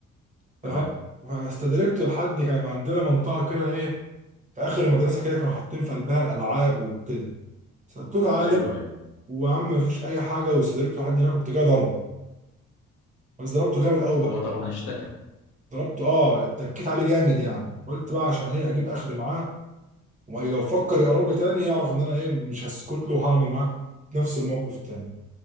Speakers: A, on the left; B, on the right.
A: تمام
B: ف- فاستدركت لحد كان عندنا منطقه كده ايه في اخر المدرسه كده كانوا حاطين في قلبها الالعاب وكده سبته تعالى
A: ايوه ايوه
B: وعم مفيش اي حاجه واستدركت لحد هناك كنت جاي ضربه بس ضربته جامد قوي بقى
A: هو طبعا اشتكى
B: ضربته اه اتكيت عليه جامد يعني قلت بقى عشان ايه اجيب اخري معاه ولو فكر يقرب لي تاني يعرف ان انا ايه مش هسكت له وهعمل معاك نفس الموقف تاني